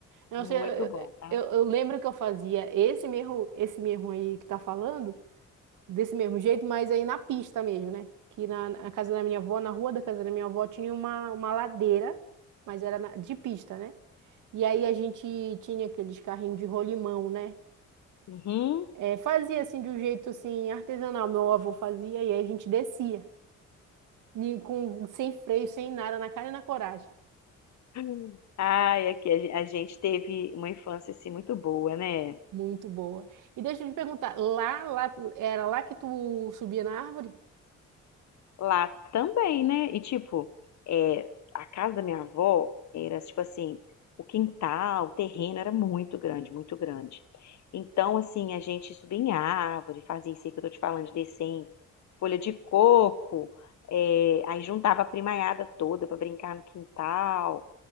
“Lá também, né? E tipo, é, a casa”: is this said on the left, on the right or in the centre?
Left